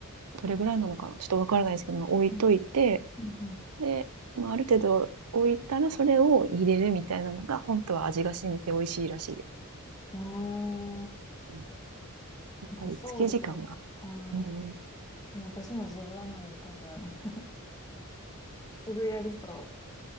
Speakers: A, on the right; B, on the left.
A: どれぐらいなのかなちょっとわからないですけど、まあ置いといて、
B: うん、うん、うん。
A: で、まあ、ある程度置いたらそれを入れるみたいなのが、本当は味が染みて美味しいらしいです。
B: あ
A: うん、やっぱり漬け時間が。
B: あ、そうですね。ああ、
A: うんうん、
B: でも私もズボラなんで多分、<laughs> すぐやりそ